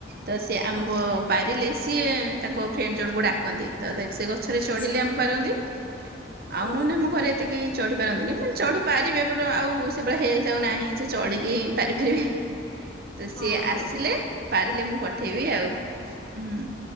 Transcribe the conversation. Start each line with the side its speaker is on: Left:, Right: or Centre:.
Right: ତ ସେ ଆମ୍ବ
Left: ହଁ
Right: ପାରିଲେ। ସିଏ ତାଙ୍କ ଫ୍ରେଣ୍ଡ ଜଣଙ୍କୁ ଡାକନ୍ତି ତ ସେ ଗଛରେ
Left: ଆଚ୍ଛା
Right: ଚଢିଲି ଆମ ପାରନ୍ତି
Left: ହଁ
Right: ଆଉ ନହ ନା ମୁଁ ଘରେ ଏତିକି। ଚଢ଼ି ପାରନ୍ତିନି ମାନେ ଚଢ଼ିପାରିବେ ବଟେ ଆଉ ସେଇଳି ହେଲ୍ଥ ଆଉ ନାହିଁ। ଚଢିକି ପାରିପାରିବେ। ତ
Left: ହଁ
Right: ସିଏ ଆସିଲେ ପାରିଲେ ମୁଁ କ ଥିବି ଆଉ ହୁଁ।